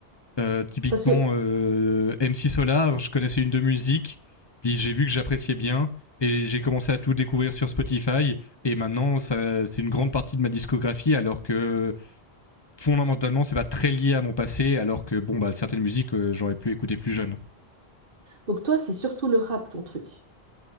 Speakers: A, on the left; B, on the right.
A: Euh, typiquement,
B: Parce que,
A: euh, MC Solar, je connaissais une de musique, puis j'ai vu que j'appréciais bien, et j'ai commencé à tout découvrir sur Spotify, et maintenant, ça, c'est une grande partie de ma discographie, alors que fondamentalement, c'est pas très lié à mon passé, alors que, bon, bah, certaines musiques, euh, j'aurais pu écouter plus jeune.
B: donc toi, c'est surtout le rap, ton truc.